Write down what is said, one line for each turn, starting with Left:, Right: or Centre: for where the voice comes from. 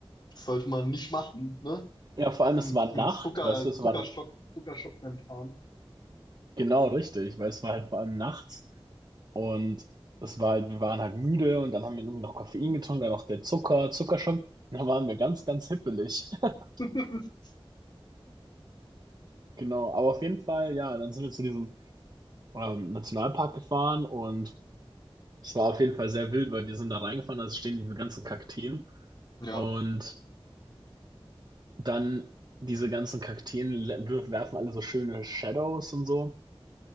Left: das sollte man nicht machen, ne?
Right: Ja, vor allem
Left: Ein
Right: es war
Left: ein
Right: Nacht,
Left: Zucker,
Right: weißt du, es
Left: Zuckerschock,
Right: war
Left: Zuckerschock beim Fahren.
Right: genau richtig, weil es war halt vor allem nachts und es war halt, wir waren halt müde und dann haben wir irgendwie noch Koffein getrunken, dann noch der Zucker, Zuckerschock, dann waren wir ganz, ganz hippelig. <laughs>
Left: <laughs>
Right: Genau, aber auf jeden Fall, ja, dann sind wir zu diesem ähm, Nationalpark gefahren und Es war auf jeden Fall sehr wild, weil wir sind da reingefahren, also stehen diese ganzen Kakteen
Left: Ja.
Right: und dann diese ganzen Kakteen le- wirf- werfen alle so schöne Shadows und so